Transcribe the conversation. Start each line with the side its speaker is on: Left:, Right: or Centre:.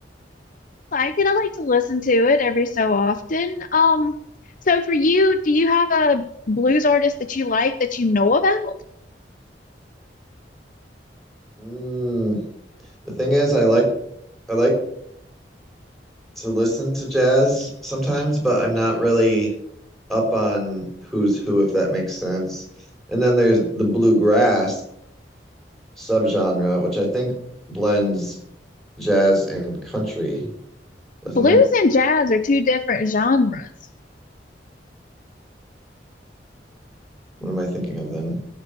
Left: Like, and I like to listen to it every so often. Um, so for you, do you have a blues artist that you like that you know about?
Centre: Mm. The thing is, I like I like to listen to jazz sometimes, but I'm not really up on who's who, if that makes sense. And then there's the bluegrass subgenre, which I think blends jazz and country, doesn't
Left: Blues
Centre: it?
Left: and jazz are two different genres.
Centre: What am I thinking of then?